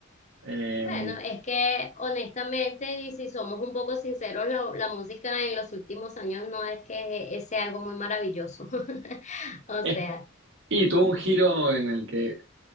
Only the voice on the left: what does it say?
Bueno, es que honestamente, y si somos un poco sinceros, la, la música en los últimos años no es que sea algo muy maravilloso. <laughs> O
sea.